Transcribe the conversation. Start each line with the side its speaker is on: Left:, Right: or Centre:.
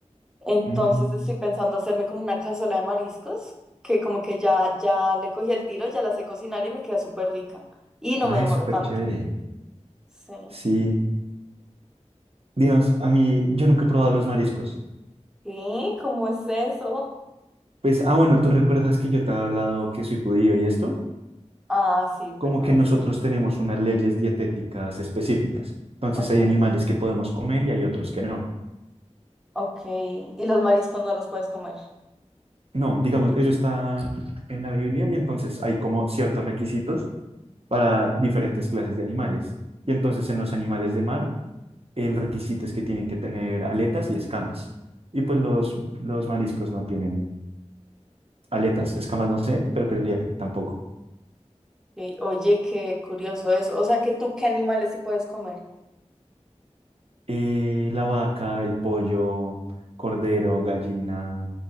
Centre: Entonces
Right: Mm,
Centre: estoy pensando hacerme como una cazuela de mariscos, que como que ya, ya le cogí el tiro, ya la sé cocinar y me queda súper rica. Y no
Right: ay,
Centre: me demoro
Right: súper
Centre: tanto.
Right: chévere.
Centre: Sí.
Right: Sí. Dios, a mí, yo nunca he probado los mariscos.
Centre: ¿Qué? ¿Cómo es eso?
Right: Pues, ah, bueno, ¿tú recuerdas que yo te había hablado que soy judío y esto?
Centre: Ah, sí, perdón,
Right: Como que nosotros
Centre: sí.
Right: tenemos unas leyes dietéticas específicas. Entonces
Centre: Ok,
Right: hay animales que podemos comer y hay otros que no.
Centre: ok. Y los mariscos no los puedes comer.
Right: No, digamos, eso está en la Biblia y entonces hay como ciertos requisitos para diferentes clases de animales. Y entonces en los animales de mar, el requisito es que tienen que tener aletas y escamas. Y pues los, los mariscos no tienen aletas, escamas no sé, pero creería que tampoco.
Centre: Ok, Oye, qué curioso eso. O sea que tú, ¿qué animales sí puedes comer?
Right: Eh, la vaca, el pollo, cordero, gallina,